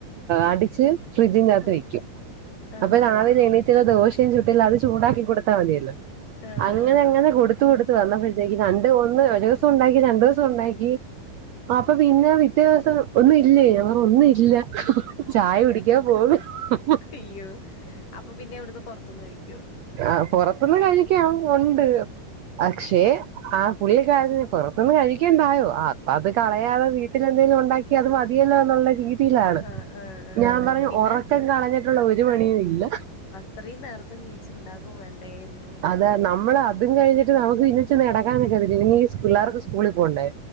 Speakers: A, on the right; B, on the left.
A: അടിച് ഫ്രിഡ്ജിൻ്കത്ത്
B: ആഹ്
A: വെക്കും
B: ആഹ്
A: അപ്പൊ. രാവിലെ
B: ആഹ്
A: എണീറ്റ്ന്ന. ദോശയുംച്ചു തില് അത് ചൂടാക്കി കൊടുത്താ മതിയല്ലോ
B: ആഹ്
A: അങ്ങനെ അങ്ങന കൊടു ത്ത്. കൊടുത്ത് വന്നപ്പോഴത്തേക്ക് രണ്ട് ഒന്ന് ഒരു ഉസം ഉണ്ടാക്കി രണ്ടു ഉസം. ഉണ്ടാക്കി.. അപ്പൊ പിന്നെ പിറ്റേയിസം. ഒന്നും ഇല്ലേ ഞൻ. ഒന്നുഇല്ല.. ചായ കുടിക്കാ <unintelligible>
B: ഇയ്യോ അപ്പൊ പിന്നെ വിടെന്ന് പൊറത്ത്ന്ന്കഴിക്കോ
A: ആ പൊറത്തുന്ന് കഴിക്കാം ഉണ്ട് പക്ഷെ ആ പുളികാരന്. പൊറത്ത് ന്ന് കഴിക്കേണ്ടായോ ആ. അപ്പൊ അത് കളയാതെ വീട്ടിലെന്തെങ്കലും. ഉണ്ടാക്കി.. ക്യ ത് മതിയല്ലോന്നുള്ള രീതി.. പ്പിലാണ്
B: ആഹ് ആഹ്
A: ഞാൻ പറഞ്ഞു
B: പിന്നെ
A: ഒറക്കം കളഞ്ഞിട്ടുള്ള. ഒരു പണിയും. ഇല്ല..
B: ഇത്രി നേരത്ത നീച്ണ്ടാക്കും വേണ്ടേന്ന്..
A: അതെ നമ്മള് അതും കഴിഞ്ഞിട്ട് നമക്ക് നീച്ച് നടക്കാൻ നിക്കണ്ടെ ചിണ്ങ്ങി പിള്ളേർക് സ്കൂളിൽ പോകണ്ടേ..